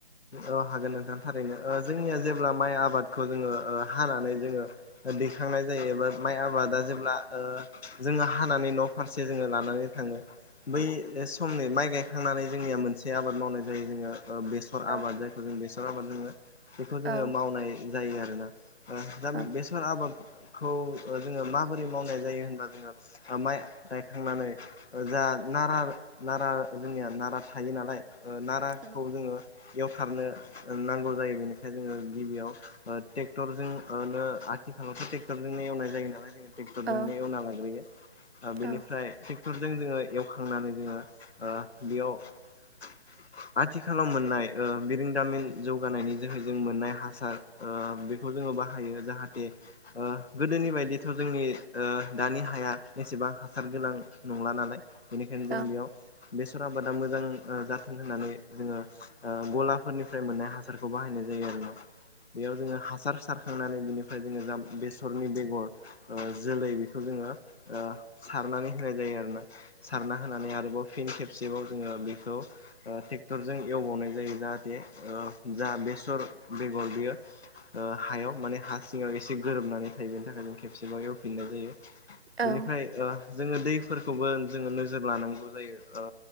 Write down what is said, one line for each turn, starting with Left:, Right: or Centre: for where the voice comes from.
Left: औ हागोन नोंथां थारैनो जोंनिया जेब्ला माइ आबाद जोङो हानानै जोङो दैखांनाय जायो एबा माइ आबादा जेब्ला जोङो हानानै न' फारसे जोङो लानानै थाङो। बै समनि माइ गायखांनानै जोंनिया मोनसे आबाद मावनाय जायो जोङो। बेखर आबाद
Right: औ
Left: जायखौ जों बेसर आबाद जोङो बेखौ जोङो
Right: औ
Left: मावनाय जायो आरो ना। दा
Right: औ
Left: बेसर आबाद खौ जोङो माबोरै मावनाय जायो होनबा जोङो माइ गायखांनानै जा नारा नारा जोंनिया नारा थायो नालाय ओ नाराखौ
Right: औ
Left: जोङो एवथारनो नांगौ जायो बेनिखायनो जोङो गिबियाव ट्रेक्टरजोंनो आथिखालावथ' ट्रेक्टरजोंनो एवनाय जायो नालाय जोङो ट्रेक्टरजोंनो
Right: औ
Left: एवना लाग्रोयो। बेनिफ्राय
Right: औ
Left: ट्रेक्टरजों जोङो एवखांनानै जोङो ओ बेयाव आथिखालाव मोननाय ओ बिरोदामिन जौगानायनि जोहै जों मोननाय हासार बेखौ जोङो बाहायो जाहाथे। ओ गोदोनि बायदिथ' जोंनि ओ दानि हाया एसेबां हासार गोनां नंला नालाय बेनिखायनो जों
Right: औ
Left: बेयाव बेसर आबादा मोजां जाथों होननानै जोङो ओ गलाफोरनिफ्राय मोननाय हासारखौ बाहायनाय जायो आरो ना बेयाव जोङो हासार सार खांनानै बिनिफ्राय जों बेसरनि बेगर जोलै बेखौ जोङोओ सार होनाय जायो आरोना सारना होनानै आरोबाव फिन खेबसेबाव जोङो बेखौ ओ ट्रेक्टरजों एवबावनाय जायोना जाहाथे बेसर बेगर बेयो हायाव माने हा सिङाव एसे गोरोबनानै थायो बेनि थाखाय जों खेबसेबा एवफिननाय जायो बेनिफ्राय
Right: औ
Left: ओ जोङो दैफोरखौबो जोङो नोजोर लानांगौ जायो